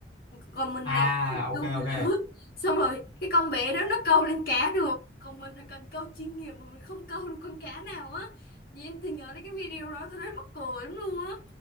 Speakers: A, on the left; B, on the left.
A: còn mình
B: à
A: là câu
B: ok
A: người
B: ok
A: lớn <laughs> xong rồi cái con bé đó nó câu lên cá được còn mình là cần câu chuyên nghiệp mà mình không câu được con cá nào á nhìn em tôi nhớ đến cái video đó tôi rất mắc cười lắm luôn á